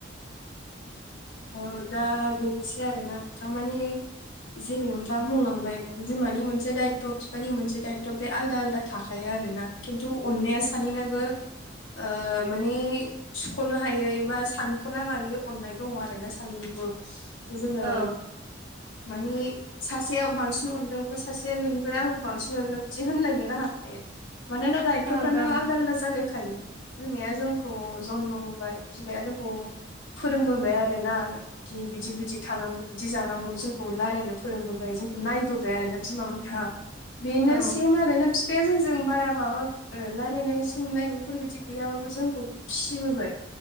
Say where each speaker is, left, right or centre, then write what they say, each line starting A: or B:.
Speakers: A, on the left; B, on the right.
A: उम औ दा बेनोसै आरोना नोंथां मानि जेरै नोंथाङ बुंलांबाय बिमानि मोनसे दायथ' बिफानि मोनसे दायथ' बे आलदा आलदा थाखायो आरोना। खिन्थु अन्नाया सानैनोबो ओ मानि सुख'नो हायैबा सानख'नो हायै अननाय दङ आरो ना सानैनाबो जोङो
B: औ
A: मानि सासेया बांसिन अनदों बा सासेया बेनिफ्राय आंखौ बांसिन अनदों बिदि होनलायनो हाखाया मानोना लायथ'फ्रानो
B: ओं ओं
A: आलदा आलदा जालाय होखायो बिमाया जोंखौ जन्म होबाय बिमाया जोंखौ फोरोंबोबाय आरोना। बि बिदि बिदि थानांगौ बिदि जानांगौ जोंखौ रायजलायनो फोरोंबोबाय जोंखौ नायबो आरो ना बिमाहा बेनो
B: औ
A: सेम आरो ना। फिफाया जोंजों बारा माबा रायजलायनाय सोंनाय बेफोरबायदि गैयाबाबो जोंखौ फिहोबाय